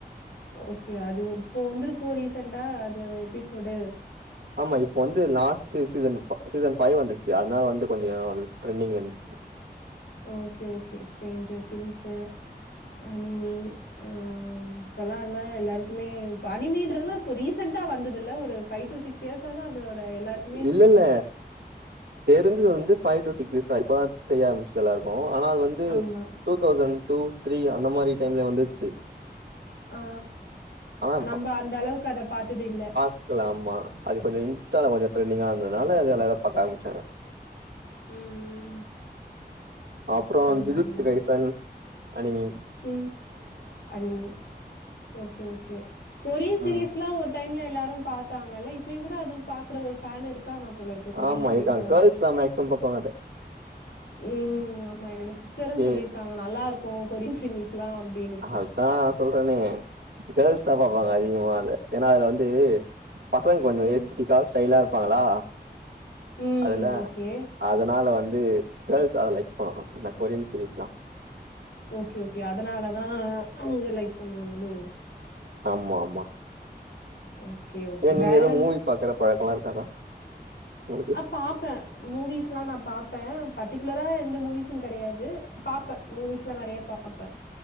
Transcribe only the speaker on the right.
ஆமா இப்ப வந்து லாஸ்ட்டு சீசன் சீசன் ஃபைவ் வந்துச்சு அத்னால் வந்து கொஞ்சோ ட்ரெண்டிங்ல நின்னுச்சு
இல்லல்ல தெரிஞ்சிது வந்து ஃபைவ் டு சிக்ஸ் இயசா இப்பதா தெரிய ஆரம்பிச்சிது எல்லாருக்கு ஆனா அது வந்து
டூ தௌசண்ட் டூ த்ரீ அந்த மாரி டைம்லே வந்துச்சி
ஆனா
இருகலா ஆமா அது கொஞ்ச இன்ஸ்டால கொஞ்ச ட்ரெண்டிங் கானதுனால அது எல்லாரு பாக்க ஆரம்பிச்சாங்க
அப்பற
ஜில்த்து ரைசன் அனிமி
ம்
ஆமா
<unintelligible>
ஏ
அதா நா சொல்றனே கேர்ள்ஸ் தா பாப்பாங்க அதிகமா அதா ஏன்னா அதுல வந்து பசங்க கொஞ்ச
எஸிட்டிக்கா ஸ்டைலா இருப்பாங்களா
அதுல
அதனால வந்து கேர்ள்ஸ் அத லைக் பண்ணணு அந்த கொரியன் சீரீயஸ் னா
ஆமா ஆமா
ஏய நீங்க
ஏதோ மூவி பாக்குற பழக்க எல்லா இருக்காதா உங்களுக்கு